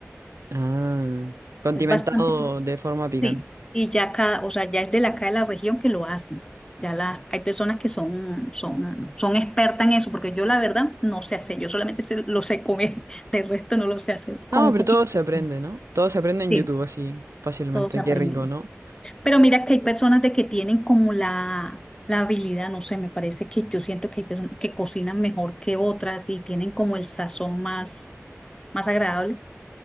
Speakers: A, on the right; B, on the left.
A: Ah, condimentado
B: Es bastante picante.
A: de forma picante.
B: Sí. Y ya cada, o sea, ya es de la acá de la región que lo hacen. Ya la, hay personas que son, son, son expertas en eso, porque yo la verdad no sé hacer, yo solamente sé- lo sé comer, <laughs> del resto no lo sé hacer, con
A: No,
B: un
A: pero
B: poquito
A: todo se aprende,
B: de...
A: ¿no? Todo se aprende en
B: Sí,
A: YouTube así fácilmente.
B: todo se aprende.
A: Qué rico, ¿no?
B: Pero mira que hay personas de que tienen como la, la habilidad, no sé, me parece que yo siento que hay personas que cocinan mejor que otras y tienen como el sazón más, más agradable,